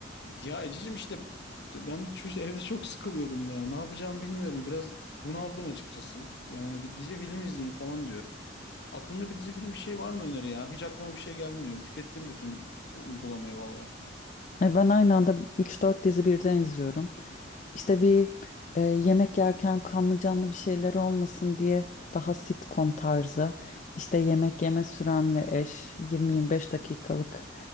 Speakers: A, on the left; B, on the left.
A: Ya Ececiğim işte ben de çocuk evde çok sıkılıyordum ya. Ne yapacağımı bilmiyorum. Biraz bunaldım açıkçası. Yani bir dizi film izleyeyim falan diyorum. Aklında bir dizi film bir şey var mı öneri ya? Hiç aklıma bir şey gelmiyor. Tükettim bütün u- uygulamayı valla.
B: E, Ben aynı anda üç dört dizi birden izliyorum. İşte bir e, yemek yerken kanlı canlı bir şeyler olmasın diye daha sitcom tarzı. işte yemek yeme süremle eş 20-25 dakikalık